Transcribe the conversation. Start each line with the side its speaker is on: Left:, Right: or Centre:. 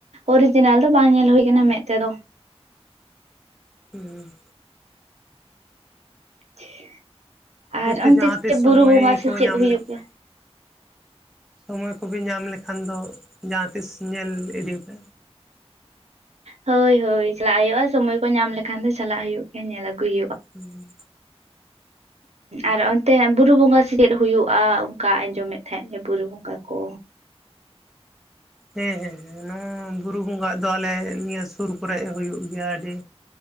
Right: ᱚᱨᱤᱡᱤᱱᱟᱞ ᱫᱚ ᱵᱟᱝ ᱧᱮᱞ ᱦᱩᱭ ᱠᱟᱱᱟ ᱢᱮᱫ ᱛᱮᱫᱚ᱾
Centre: ᱦᱩᱸ
Right: <unintelligible> ᱟᱨ
Centre: ᱡᱮᱛᱮ
Right: ᱚᱱᱛᱮ
Centre: ᱡᱟᱦᱟᱸ ᱛᱤᱥ
Right: ᱪᱮᱫ ᱵᱩᱨᱩ
Centre: ᱥᱚᱢᱚᱭ
Right: ᱵᱚᱸᱜᱟ ᱥᱮ
Centre: ᱠᱚ
Right: ᱪᱮᱫ
Centre: ᱧᱟᱢ
Right: ᱦᱩᱭᱩᱜ
Centre: ᱞᱮᱠᱷᱟ
Right: ᱜᱮᱭᱟ
Centre: ᱥᱚᱢᱚᱭ ᱠᱚᱵᱤ ᱧᱟᱢ ᱞᱮᱠᱷᱟᱱ ᱫᱚ ᱡᱟᱦᱟᱸᱛᱤᱥ ᱧᱮᱞ ᱤᱫᱤ ᱯᱮ᱾
Right: ᱦᱳᱭ ᱦᱳᱭ ᱪᱟᱞᱟᱜ ᱦᱩᱭᱩᱜᱼᱟ ᱥᱳᱢᱳᱭ ᱠᱚ ᱧᱟᱢ ᱞᱮᱠᱷᱟᱱ ᱫᱚ ᱪᱟᱞᱟᱜ ᱦᱩᱭᱩᱜ ᱜᱮᱭᱟ ᱧᱮᱞ ᱟᱹᱜᱩᱭ ᱦᱩᱭᱩᱜᱼᱟ᱾
Centre: ᱦᱩᱸ
Right: ᱟᱨ ᱚᱱᱛᱮ ᱵᱩᱨᱩ ᱵᱚᱸᱜᱟ ᱥᱮ ᱪᱮᱫ ᱦᱩᱭᱩᱜᱼᱟ ᱚᱱᱠᱟ ᱟᱸᱡᱚᱢᱮᱫ ᱛᱟᱦᱮᱸᱫ ᱞᱮ ᱵᱩᱨᱩ ᱵᱚᱸᱜᱟ ᱠᱚ
Centre: ᱦᱮᱸ ᱦᱮᱸ ᱱᱚᱣᱟ ᱵᱩᱨᱩ ᱵᱚᱸᱜᱟᱜ ᱫᱚ ᱟᱞᱮ ᱱᱤᱭᱟᱹ ᱥᱩᱨ ᱠᱚᱨᱮ ᱦᱩᱭᱩᱜ ᱜᱮᱭᱟ᱾ ᱟᱹᱰᱤ